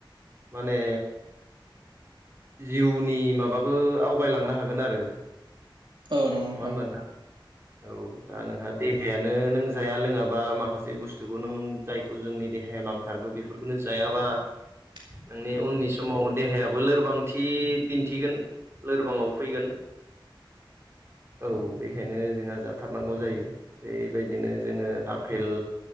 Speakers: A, on the right; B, on the right.
A: माने जिउनि माबाखौ आवगायलांनो हागोन आरो
B: औ नोंथां।
A: नङा होनबा औ दा नोंहा देहायानो नों जाया लोङाबा माखासे बुस्थुखौ नों जायखौ जोंनि देहायाव नां थारगौ बेफोरफोरखौनो जायाबा
B: <inaudible>
A: नोंनि उननि समाव देहायाबो लोरबांथि दिन्थिगोन लोरबाङाव फैगोन औ बेखायनो जोंहा जा बुथारनांगौ जायो बेबायदिनो जोङो आफेल